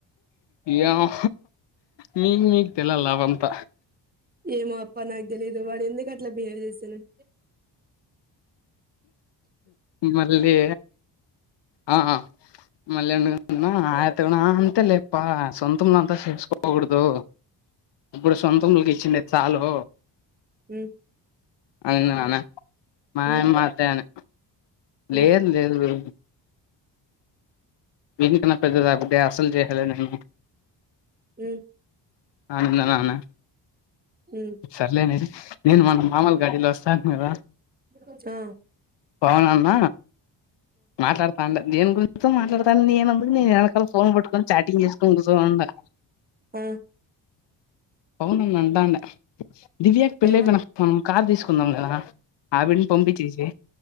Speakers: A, on the left (about 60°); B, on the right (about 20°).
A: ఏమో మీకు మీకు తెల్ల లావంత
B: ఏమో అప్ప నాకు తెలిదు వాడు ఎందుకు అట్లా బిహేవ్ చేస్తునాడో
A: మళ్ళీ ఆ మళ్ళీ ఎందుకంటున్నా ఆ యాత్త గునా అంతే లేప్ప సొంతం దాంతో చేసుకోకూడదు ఇప్పుడు సొంతమోల్లకి ఇచ్చిండేది సాలు
B: ఉమ్
A: అనింది నానే మాయమ్మ
B: ఉమ్
A: అదే అన్య లేదు
B: ఉమ్
A: లేదు గురు దినికన్నా పెద్దది ఆబ్బె అసలు చేసేదిలే నేను
B: ఉమ్
A: అనింది నానా
B: ఉమ్
A: సర్లేనే నేను మన మామోల గడిలో వస్తాను కదా
B: ఉమ్
A: పవన్ అన్న మాట్లాడతాండే దేనిగురించో మాట్లాడతా తను నేనంతకు నేను ఎనకాల ఫోన్ పట్టుకుని చాటింగ్ చేసుకొని కుసోనుందా
B: ఆ
A: పవన్ అన్న అంటాండే దివ్యకి పెళ్లి
B: ఏమైంది
A: అయిపోయినాక మనం కార్ తీసుకుందాం లేరా ఆవిడని పంపిచేసి